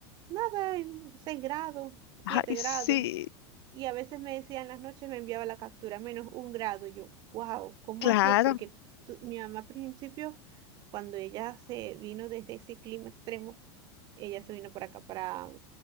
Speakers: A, on the right (about 30°); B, on the left (about 70°).
A: Nada, en 6 grados, siete
B: Ay,
A: grados.
B: sí,
A: Y a veces me decía en las noches, me enviaba la captura, menos un grado. Yo, wow, ¿cómo
B: claro.
A: hacías? Porque tu- mi mamá al principio, cuando ella se vino desde ese clima extremo, ella se vino para acá, para,